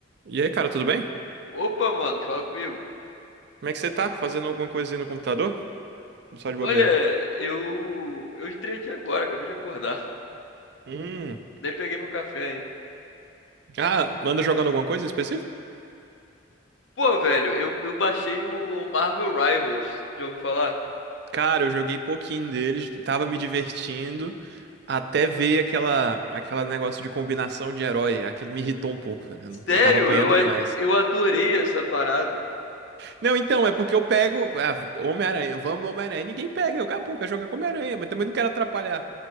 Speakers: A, on the right; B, on the left.
A: E aí, cara, tudo bem?
B: Opa, mano, fala comigo.
A: Como é que você tá? Fazendo alguma coisa aí no computador? Não Só de bobeira.
B: Olha, eu eu entrei aqui agora, acabei de acordar.
A: Hum.
B: Nem peguei meu café ainda.
A: Ah, anda jogando alguma coisa em específico?
B: Pô, velho, eu, eu baixei o Marvel Rivals. Já ouviu falar?
A: Cara, eu joguei pouquinho deles, tava me divertindo, até ver aquela, aquela negócio de combinação de herói. Aquilo me irritou um pouco, velho. Eu não-
B: Sério,
A: eu tava apanhando
B: eu, a-
A: demais.
B: eu adorei essa parada.
A: Não, então, é porque eu pego. Ah, Homem-Aranha, vamos Homem-Aranha. Ninguém pega. Eu, cara, pô, quero jogar com Homem-Aranha, mas também não quero atrapalhar.